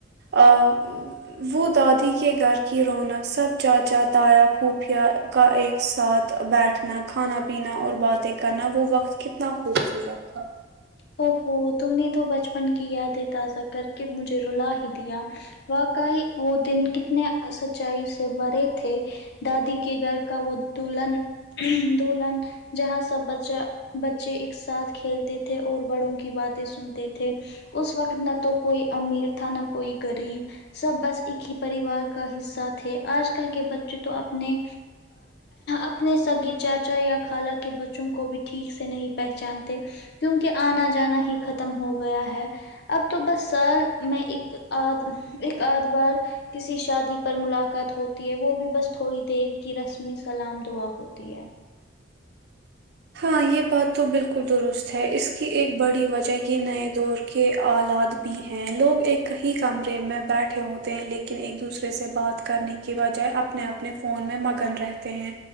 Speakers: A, on the right; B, on the left.
A: آ وہ دادی کے گھر کی رونق سب چاچا تایا پھوپھیا کا ایک ساتھ بیٹھنا کھانا پینا اور باتیں کرنا وہ وقت کتنا خوبصورت تھا
B: او ہو تم نے تو بچپن کی یادیں تازہ کر کے مجھے رلا ہی دیا واقعی وہ دن کتنے سچائی سے بھرے تھے دادی کے گھر کا وہ دلہن دلہن جہاں سب بچہ بچے ایک ساتھ کھیلتے تھے اور بڑوں کی باتیں سنتے تھے اس وقت نہ تو کوئی امیر تھا نہ کوئی غریب سب بس ایک ہی پریوار کا حصہ تھے آج کل کے بچے تو اپنے اپنے سگے چاچا یا خالہ کے بچوں کو بھی ٹھیک سے نہیں پہچانتے کیونکہ آنا جانا ہی ختم ہو گیا ہے اب تو بس سال میں ایک آد ایک آد بار کسی شادی پر ملاقات ہوتی ہے وہ بھی بس تھوڑی دیر کی رسمی سلام دعا ہو ہوتی ہے
A: ہاں یہ بات تو بالکل درست ہے اس کی ایک بڑی وجہ یہ نئے دور کے آلات بھی ہیں لوگ ایک ہی کمرے میں بیٹھے ہوتے ہیں لیکن ایک دوسرے سے بات کرنے کی بجائے اپنے اپنے فون میں مگن رہتے ہیں